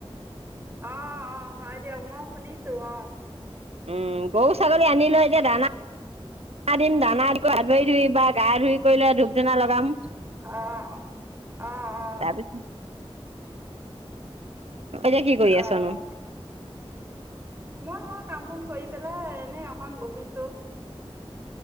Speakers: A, on the right (about 25°); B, on the right (about 85°).
A: আহ অ হয় দিয়ক মই শুনিছো আহ
B: উম গৰু ছাগলী আনিলৈ এতিয়া দানা দিম দানা দি হাত বাৰি ধুই বা গা ধুই কৰিলে ধূপ ধনা লগাম
A: অঁ অঁ অঁ
B: তাৰপিছত এতিয়া কি কৰি
A: আহ
B: আছনো
A: ম কাম বন কৰি পেলাই এনে অকন বহিছো